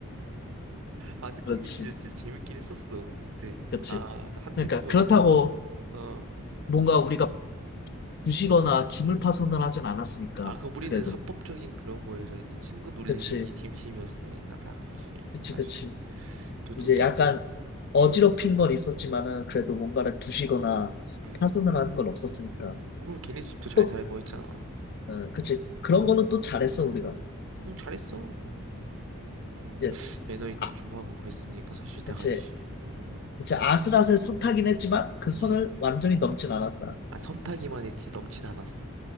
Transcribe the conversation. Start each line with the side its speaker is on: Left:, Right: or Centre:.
Right: 아, 근데 그게
Left: 그렇지,
Right: 진짜, 진짜 재밌긴 했었어. 그때.
Left: 그렇지.
Right: 아, 나 한 친구가
Left: 그러니까, 그렇다고
Right: 진짜. 어.
Left: 뭔가 우리가 부시거나 기물 파손을 하진 않았으니까,
Right: 아, 그럼 우리는
Left: 그래도.
Right: 합법적인 그런 거여서 이제 친구 놀리는
Left: 그치,
Right: 게 진심이었으니까 다 같이,
Left: 그치,
Right: 사실.
Left: 그치.
Right: 또, 또,
Left: 이제
Right: 걔,
Left: 약간 어지럽힌
Right: 음,
Left: 건 있었지만은, 그래도 뭔가를 부시거나
Right: 음.
Left: 파손을 하는 건 없었으니까.
Right: 그리고 걔네 집도 잘
Left: 또,
Right: 살고 했잖아.
Left: 어, 그치.
Right: 음,
Left: 그런 거는 또 잘했어, 우리가.
Right: 응, 잘했어. 어, 음, 좀,
Left: 이제,
Right: 매너 있게
Left: 아,
Right: 좀 하고 그랬으니까 사실 다
Left: 그치.
Right: 같이. 음,
Left: 이제 아슬아슬 선 타긴 했지만 그 선을
Right: 음.
Left: 완전히 넘진 않았다.
Right: 아, 선타기만 했지, 넘진 않았어.